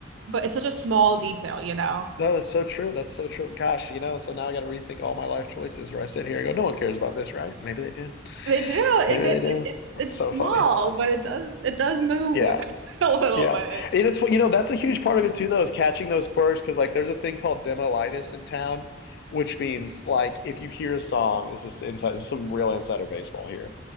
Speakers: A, on the right (about 75°); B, on the left (about 60°).
A: but it's such a small detail, you know.
B: No, that's so true. That's so true. Gosh, you know, so now I got to rethink all my life choices where I sit here and go, no one cares about this, right? Maybe they do.
A: They do.
B: Maybe
A: It,
B: they
A: it
B: do.
A: it's
B: It's
A: it's
B: so
A: small,
B: funny.
A: but it does it does move
B: Yeah.
A: <laughs> a little
B: Yeah.
A: bit.
B: And it's, you know, that's a huge part of it too, though, is catching those quirks. Cause like there's a thing called demolitis in town, which means like if you hear a song, this is inside, this is some real insider baseball here.